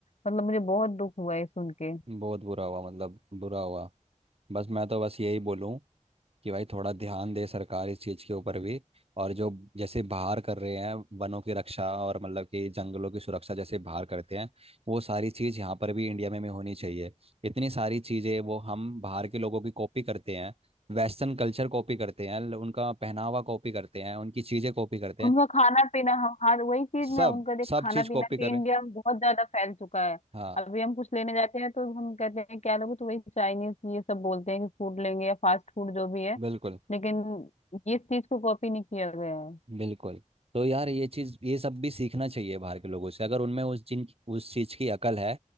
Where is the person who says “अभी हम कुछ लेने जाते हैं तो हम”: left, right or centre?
Left